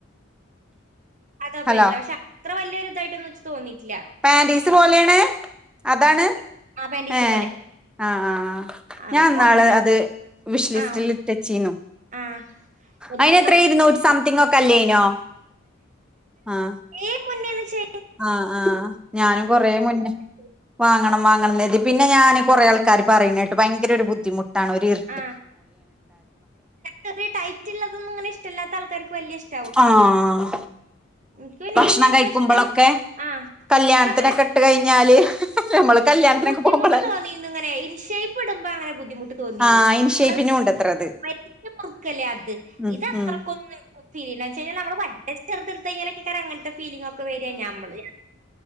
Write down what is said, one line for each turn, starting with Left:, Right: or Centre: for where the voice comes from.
Right: അതാ ഉപയോഗക്കല്
Centre: ഹലോ
Right: പക്ഷെ അത്ര വലിയോര് ഇതായിട്ടൊന്നു എനിക്ക് തോന്നിട്ടില്ല.
Centre: പാൻ്റീസ് പോലെയാണ് അതാണ്
Right: പോലെ ആ പാന്റീസ്
Centre: ഏഹ്
Right: പോലെ
Centre: ആഹ് ആഹ്
Right: ആ, നമുക്ക്
Centre: ഞാൻന്നാള്
Right: ഒന്ന്
Centre: അത് വിഷ് ലിസ്റ്റിൽ
Right: ആ
Centre: ഇട്ടെച്ചീനു
Right: ആ ഒന്നിനും
Centre: അതിനന്ത്ര ഇരുനൂ സംതിങ്ങ് ഒക്കെ അല്ലേനോ ആഹ്
Right: ഏഹ് മുന്നെ ചെ
Centre: ആഹ് ആഹ് ഞാനും കൊറേ മുന്നെ.
Right: കൊറേ
Centre: വാങ്ങണം വാങ്ങണം എന്ന് കരുതി പിന്നെ ഞാൻ കൊറേ ആൾക്കാര് പറയിണേട്ട് ഭയങ്കര ഒരു ബുദ്ധിമുട്ടാണ് ഒരു ഇറി
Right: ആഹ് ചെറിയ ടൈറ്റള്ളതൊന്നും അങ്ങനെ ഇഷ്ടമില്ലാത്ത ആൾക്കാർക്ക് വലിയ ഇഷ്
Centre: ആഹ്
Right: എനക്ക് പിന്നെ
Centre: ഭക്ഷണം
Right: വലിയ
Centre: കഴിക്കുമ്പളൊക്കെ
Right: പ്രശ്നം ആഹ്
Centre: കല്യാണത്തിനൊക്കെ ഇട്ട് കഴിഞ്ഞാല് നമ്മള് കല്യാണത്തിനൊക്കെ
Right: എനിക്ക് ബുദ്ധിമുട്ട്
Centre: പോകുമ്പളല്ലേ
Right: തോന്നിന്ന് ഇങ്ങനെ ഇൻഷെ പ്പ്ടുമ്പോ അങ്ങനെ ബുദ്ധിമുട്ട് തോന്നിനു
Centre: ആഹ് ഇൻ
Right: ഞമ്മളത്
Centre: ഷേപ്പിനും ഉണ്ടത്രത്
Right: വലിഞ്ഞു മുറുക്കല്ലേ അത്
Centre: ഉം
Right: ഇത് അത്രക്കൊന്നു
Centre: ഉം
Right: പിന്നെന്ന് വച്ചാല് പറ്റെ ചെറുത് എടുത്ത് കഴഞ്ഞാലക്കങ്ങനെ ഫീലിംഗ് ഒക്കെ വരിക നമ്മള്